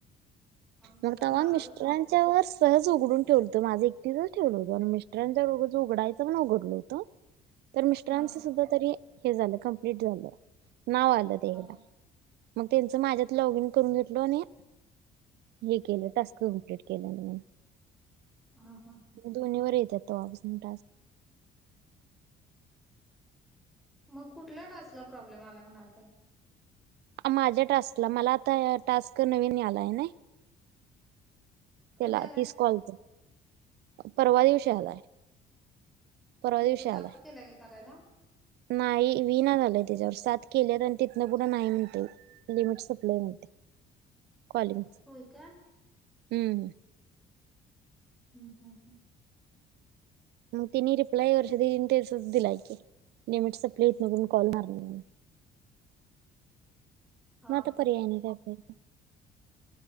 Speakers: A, in the centre; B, on the right (about 75°).
A: आमचं
B: मग
A: जर
B: तेव्हा
A: नाराजच
B: मिस्टरांच्या
A: झालतो आम्ही
B: वर सहज उघडून ठेवूल. त माझं एकटीचच ठेवलं होतं. आणि मिस्टरांच रोज उघायचं पण उघडलं होतं. तर मिस्टरांचं
A: हा
B: सुद्धा तरी हे झालं. कंप्लीट झालं नाव आलं ते
A: हा
B: हेला. मग त्यांचं माझ्यात लॉग इन करून घेतलो आणि हे केलं. टास्क कमप्लीट केलान म.
A: हा हा हम्म.
B: दोन्ही वर येतात तवा पासन टास्क.
A: मग कुठल्या टास्कला प्रॉब्लेम आला म्हणालता?
B: माझ्या टास्कला. मला आता टास्क नवीन यालाय नाही. त्याला.
A: कधी आलाय
B: तीस कॉलचा. परवा दिवशी आलाय. परवा दिवशी
A: मग तू
B: आलाय
A: चालू केलाय का करायला?
B: नाही विना झालंय त्याच्यावर. सात केलेत आणि तिथन पुढं नाही म्हणतय ते. लिमिट सप्लाय म्हणते. कॉलीग.
A: हो का?
B: हम्म हम्म.
A: हम्म. ह. ह.
B: मग तिने रिप्लाय वर्षा दिदी तेच दिलाय की. लिमिट सपलयं इथन‌ कॉल लागणारं नाही म्हणून.
A: हा
B: म आता
A: हा
B: पर्याय नाही काय तर.